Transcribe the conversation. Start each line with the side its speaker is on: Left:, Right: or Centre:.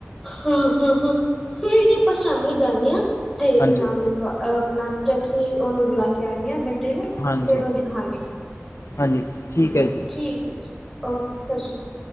Centre: ਹਾਂ-ਹਾਂ-ਹਾਂ ਫਿਰ ਆਪਾਂ ਸ਼ਾਮੀ ਜਾਂਦੇ ਹਾਂ ਤੇ
Left: ਹਾਂਜੀ
Centre: ਨਾਮ ਲਿਖਵਾ ਅ ਆਪਣਾ ਚੈਕ ਉਹਨੂੰ ਬੁਲਾ ਕੇ ਆਂਦੇ ਆ ਬੰਦੇ ਨੂੰ
Left: ਹਾਂਜੀ
Centre: ਫੇਰ ਉਹ ਦਿਖਾਣੇ ਆ ਅਸੀ।
Left: ਹਾਂਜੀ ਠੀਕ
Centre: ਹਮ
Left: ਹੈ ਜੀ
Centre: ਠੀਕ ਐ ਜੀ ਓਕੇ, ਸਤਿ ਸ੍ਰੀ ਅਕਾਲ।